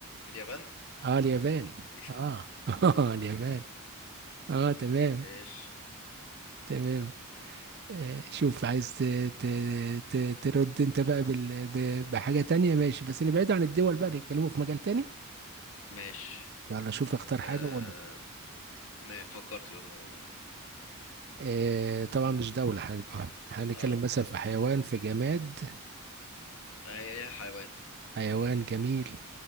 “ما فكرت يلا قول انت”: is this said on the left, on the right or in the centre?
Left